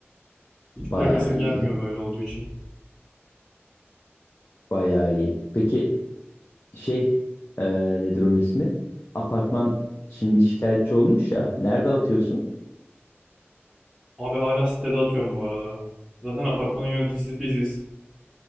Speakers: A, in the centre; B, on the left.
A: Hiç
B: Bayağı
A: bırakasım
B: iyi.
A: gelmiyor böyle olduğu için.
B: Bayağı iyi. Peki şey ee, nedir onun ismi? Apartman şimdi şikayetçi olmuş ya. Nerede atıyorsun?
A: Abi hala sitede atıyorum bu arada. Zaten apartmanın yöneticisi biziz.